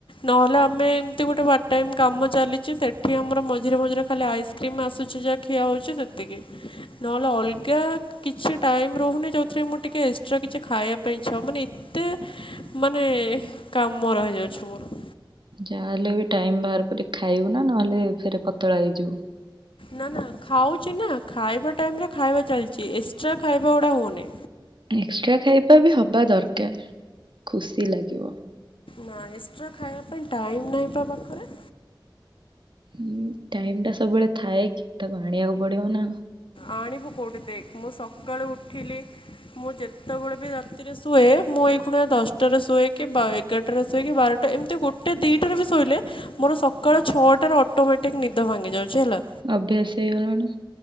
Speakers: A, on the left; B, on the right.
A: ନହେଲେ ଆମେ ଏମିତି ଗୋଟେ ପାର୍ଟ ଟାଇମ୍ କାମ ଚାଲିଚି, ସେଠି ଆମର ମଝିରେ ମଝିରେ ଖାଲି ଆଇସ୍କ୍ରିମ୍ ଆସୁଛି ଯା ଖିଆ ହଉଛି ସେତିକି। ନହେଲେ ଅଲଗା କିଛି ଟାଇମ୍ ରହୁନି, ଯୋଉଥିରେ ମୁଁ ଟିକେ ଏକ୍ସଟ୍ରା କିଛି ଖାଇବା ପାଇଁ ଇଚ୍ଛା ହବ ମାନେ ଏ
B: <inaudible>
A: ମାନେ କାମ ମୋ ରହିଯାଉଛି ମୋର।
B: ଯାହାହେଲେ ବି ଟାଇମ୍ ବାହାର କରି ଖାଇବୁ ନା, ନହେଲେ ଫେରେ ପତଳା ହେଇଯିବୁ।
A: ନା ନା ଖାଉଛି ନା ଖାଇବା ଟାଇମ୍ ରେ ଖାଇବା ଚାଲିଚି। ଏକ୍ସଟ୍ରା ଖାଇବା ଗୁଡା ହଉନି।
B: ଏକ୍ସଟ୍ରା ଖାଇବା ବି ହବା ଦରକାର ଖୁସି ଲାଗିବ।
A: ନା ଏକ୍ସଟ୍ରା ଖାଇବା ପାଇଁ ଟାଇମ୍ ନାହିଁ ପା ପାଖରେ।
B: ହୁଁ, ଟାଇମ୍ ଟା ସବୁବେଳେ ଥାଏ କି, ତାକୁ ଆଣିବାକୁ ପଡିବ ନା।
A: ଆଣିବୁ କୋଉଠି? ଦେଖ ମୁଁ ସକାଳୁ ଉଠିଲି, ମୁଁ ଯେତେବେଳେ ବି ରାତି ରେ ଶୁଏ, ମୁଁ ଏଇଖୁଣା ଦଶଟାରେ ଶୁଏ କି ବା-ଏଗାରଟା ରେ ଶୁଏ କି, ବାରଟା ଏମିତି ଗୋଟେ ଦିଇଟାରେ ବି ଶୋଇଲେ ମୋର ସକାଳ ଛଅଟାରେ ଅଟୋମେଟିକ୍ ନିଦ ଭାଙ୍ଗି ଯାଉଛି ହେଲା।
B: ଅଭ୍ୟାସ ହେଇଗଲାଣି।